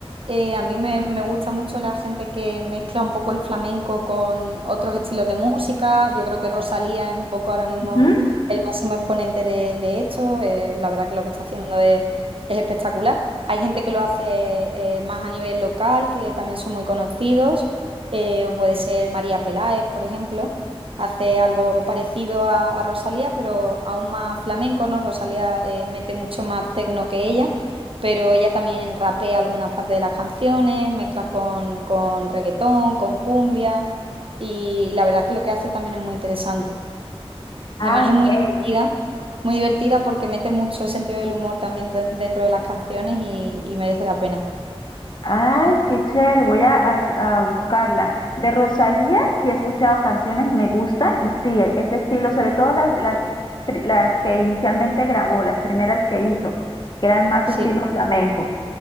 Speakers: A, on the right; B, on the left.
A: Eh, a mí me, me gusta mucho la gente que mezcla un poco el flamenco con otros estilos de música. Yo creo que Rosalía es un poco ahora mismo
B: Ujú.
A: el máximo exponente de, de esto. Eh, la verdad que lo que está haciendo es, es espectacular. Hay gente que lo hace eh, más a nivel local, que también son muy conocidos. Eh, puede ser María Peláez, por ejemplo hace algo parecido a, a Rosalía, pero aún más flamenco, ¿no? Rosalía eh, mete mucho más tecno que ella, pero ella también rapea algunas partes de las canciones, mezcla con, con reggaetón, con cumbia, y la verdad es que lo que hace también es muy interesante.
B: Ah,
A: Además es muy
B: ok.
A: divertida, muy divertida porque mete mucho sentido del humor también de- dentro de las canciones y, y merece la pena.
B: Ay, qué chévere, voy a, a- a buscarla. De Rosalía, sí he escuchado canciones, me gustan y sí, e- ese estilo, sobre todo las, las, pri- las que inicialmente grabó, las primeras que hizo, que eran más
A: Sí,
B: estilo flamenco.